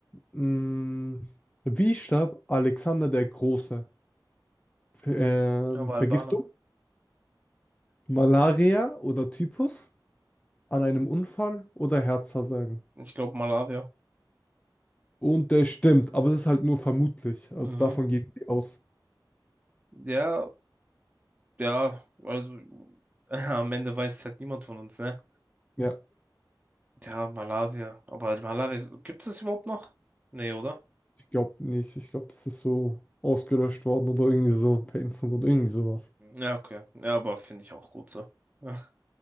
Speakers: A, on the left; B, on the right.
A: Mm. Wie starb Alexander der Große? Ver-
B: Aber
A: ähm,
B: Albaner.
A: Vergiftung, Malaria oder Typhus an einem Unfall oder Herzversagen.
B: Ich glaube Malawi.
A: Und der stimmt, aber das ist halt nur vermutlich. Also
B: Mhm.
A: davon gehen sie aus.
B: Ja, Ja, also <laughs> am Ende weiß es halt niemand von uns, ne?
A: Ja,
B: Ja, Malaria. Aber Malaria, gibt es das überhaupt noch? Nee, oder?
A: ich glaube nicht. Ich glaube, das ist so ausgelöscht worden oder irgendwie so per Impfung oder irgendwie sowas.
B: Ja, okay. Ja, aber finde ich auch gut so. <laughs>